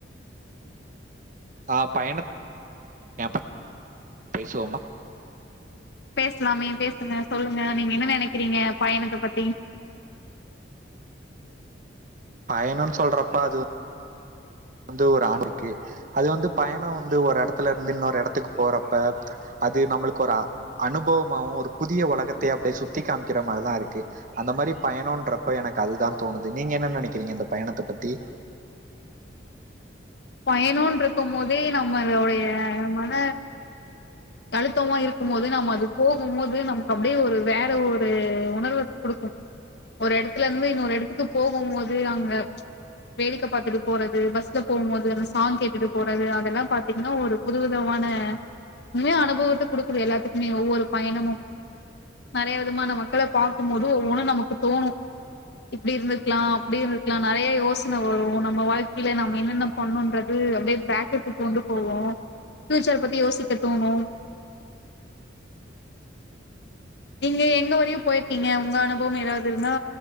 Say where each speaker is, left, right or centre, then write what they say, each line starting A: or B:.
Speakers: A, on the right; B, on the left.
A: ஆ பயண <inaudible> பேசுவோம்மா?
B: பேசலாமே பேசுங்க சொல்லுங்க நீங்க என்ன நெனைக்கிறீங்க பயணத்த பத்தி?
A: பயணோன் சொல்றப்ப அது வந்து ஒரு <inaudible> அது வந்து பயணோ வந்து ஒரு எடத்துல இருந்து இன்னொரு எடத்துக்கு போறப்ப அது நம்மளுக்கு ஒரு அ அனுபவமாவு ஒரு புதிய உலகத்யே அப்டே சுத்தி காம்க்கிற மாரிதா இருக்கு. அந்த மாரி பயணோன்றப்ப எனக்கு அதுதா தோணுது நீங்க என்ன நெனைக்கிறீங்க அந்த பயணத்த பத்தி?
B: பயணோன்ருக்கும் போதே நம்மளுடைய மன அழுத்தமா இருக்கும் போது நம்ம அது போகும் போது நமக்கு அப்டியே ஒரு வேற ஒரு உணர்வ குடுக்கும். ஒரு எடத்துல இருந்து இன்னோரு எடத்துக்கு போகும் போது அங்க வேடிக்க பாத்துட்டு போறது பஸ்ல போம் போது அந்த சாங் கேட்டுட்டு போறது அதெல்லா பாத்திங்ன்னா ஒரு புதுவிதமான உண்மையா அனுபத்த குடுக்குது எல்லாத்துக்குமே ஒவ்வொரு பயணமும் நறைய விதமான மக்கள பாக்கும்போது ஒவ்வொனு நமக்கு தோணு. இப்டி இருந்துர்க்லா அப்டி இருந்துர்க்லா நறைய யோசன வரு நம்ம வாழ்க்கைல நம்ம என்னென்ன பண்ணுன்றது அப்டே பேக்குக்கு கொண்டு போகு. ஃபியூச்சர பத்தி யோசிக்க தோணு. நீங்க எங்க வரையு போயிர்க்கீங்க உங்க அனுபவம் எதாவது இருந்தா